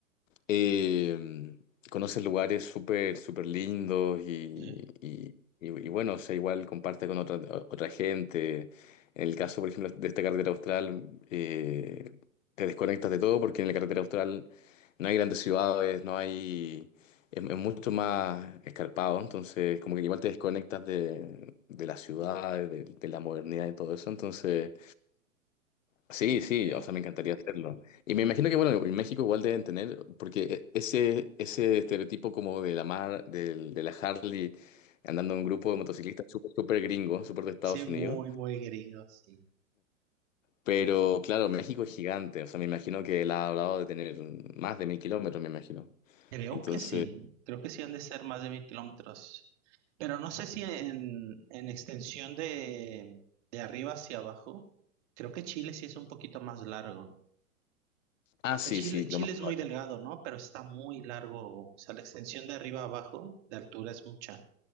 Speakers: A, on the left; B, on the right.
A: eh, conoces lugares súper, súper lindos y,
B: Sí,
A: y- y- y bueno, o sea, igual comparte con otra, otra gente. En el caso, por ejemplo, de esta carretera austral, eh, te desconectas de todo porque en la carretera austral no hay grandes ciudades, no hay... Es, es mucho más escarpado, entonces como que igual te desconectas de, de las ciudades, de, de la modernidad y todo eso, entonces... Sí,
B: Ok.
A: sí, o sea, me encantaría hacerlo. Y me imagino que, bueno, en México igual deben tener, porque e- ese, ese estereotipo como de la mar, del- de, la Harley, andando en un grupo de motociclistas súper, súper gringo, súper de Estados
B: Sí, muy,
A: Unidos.
B: muy gringo, sí.
A: Pero claro, México es gigante, o sea, me imagino que él ha hablado de tener más de mil kilómetros, me imagino.
B: Creo
A: Entonces,
B: que sí, creo que sí han de ser más de mil kilómetros. Pero no sé si en, en extensión de, de arriba hacia abajo, creo que Chile sí es un poquito más largo.
A: ah,
B: Porque
A: sí,
B: Chile,
A: sí, lo
B: Chile
A: más
B: es
A: probable.
B: muy delgado, ¿no? Pero está muy largo. O sea, la extensión de arriba a abajo de altura es mucha.